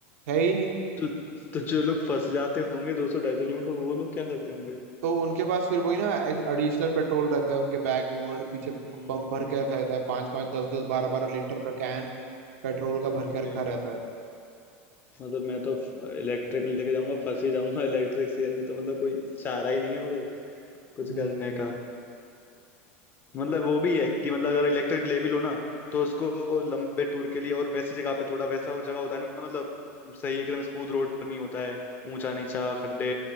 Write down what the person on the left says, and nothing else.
तो तो जो लोग फंस जाते होंगे दो सौ ढाई सौ किलोमीटर वो लोग क्या करते होंगे
हम्म
ओके
मतलब मैं तो इलेक्ट्रिक लेके जाऊंगा फंस ही जाऊंगा <laughs> इलेक्ट्रिक सीएनजी तो मतलब कोई चारा ही नहीं है उधर कुछ
करने का मतलब वो भी है कि मतलब अगर इलेक्ट्रिक ले भी लो ना तो उसको लंबे टूर के लिए और वैसी जगह पे थोड़ा वैसा वो जगह होता है ना मतलब सही एकदम स्मूथ रोड नहीं होता है ऊंचा नीचा खड्डे